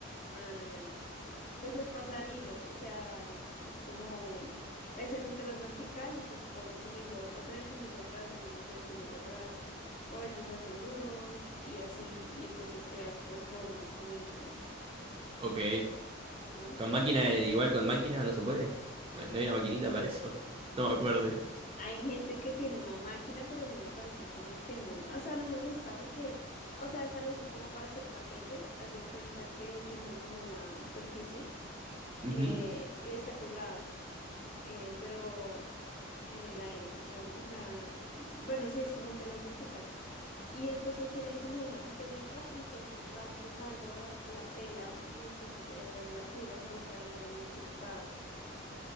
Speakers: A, on the left (about 40°); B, on the right (about 25°).
A: Ah, ya. Pues es pasar hilos, o sea, es como, es en un telar vertical y entonces tú pasas un hilo al frente, un hilo atrás, un hilo al frente, un hilo atrás. O a veces hacen nudos y así, y entonces creas pues formas con eso.
B: Ok.
A: Ajá.
B: Con máquina, eh, igual con máquina no se puede. No, no hay una maquinita para eso. <laughs> No me acuerdo.
A: Hay gente que tiene una máquina, pero a mí me parece como que no, o sea, no me gusta porque, o sea, esa lo usan como para hacer tapetes, haz de cuenta que tienen como una superficie
B: Ujú.
A: eh, y está colgada, eh, pero en el aire, o sea, o sea, bueno, sí, es como un telar vertical. Y entonces tienen como una pistolita y entonces van chuzando la, la tela y entonces eh, las fibras se van quedando ahí incrustadas.